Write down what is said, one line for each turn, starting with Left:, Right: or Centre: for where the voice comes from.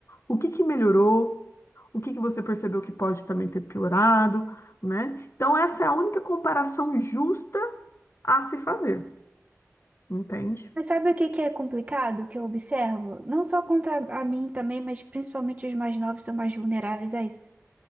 Left: o que que melhorou? O que que você percebeu que pode também ter piorado, né? Então, essa é a única comparação justa a se fazer, entende?
Right: Mas sabe o que que é complicado que eu observo? Não só contra a mim também, mas principalmente os mais novos são mais vulneráveis a isso.